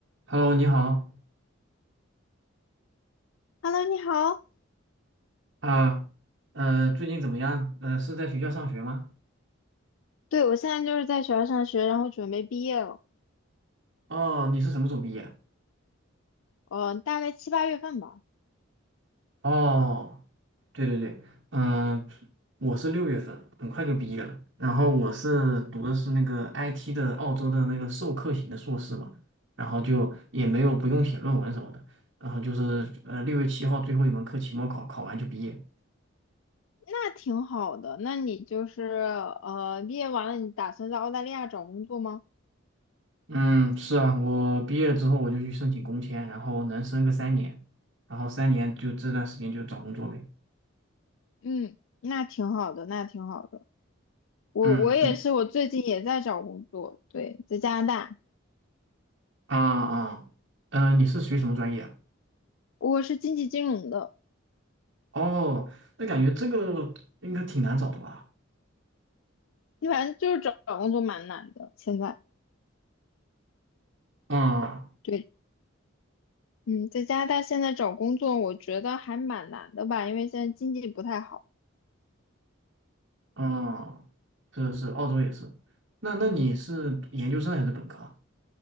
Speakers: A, on the right; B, on the left.
A: Hello，你好
B: Hello，你好。
A: 啊，呃，最近怎么样？呃，是在学校上学吗？
B: 对，我现在就是在学校上学，然后准备毕业了，
A: 哦，你是什么时候毕业？
B: 呃，大概七八月份吧。
A: 哦，对对对，嗯、我是六月份，很快就毕业了。然后我是读的是那个 IT 的澳洲的那个授课型的硕士嘛，然后就也没有不用写论文什么的，然后就是呃六月七号最后一门课期末考，考完就毕业。
B: 那挺好的。那你就是呃，毕业完了，你打算在澳大利亚找工作吗？
A: 嗯，是啊，我毕业了之后我就去申请工签，然后能申个三年，然后三年就这段时间就找工作呗。
B: 嗯，那挺好的，那挺好的。我我也是，
A: 嗯，你
B: 我最近也在找工作，对，在加拿大，
A: 啊啊，呃，你是学什么专业啊
B: 我是经济金融的，
A: 哦，那感觉这个应该挺难找的吧？
B: 你反正就是找找工作蛮难的，现在。
A: 嗯
B: 对，嗯，在加拿大现在找工作，我觉得还蛮难的吧，因为现在经济不太好。
A: 嗯，是是，澳洲也是。那那你是研究生还是本科啊？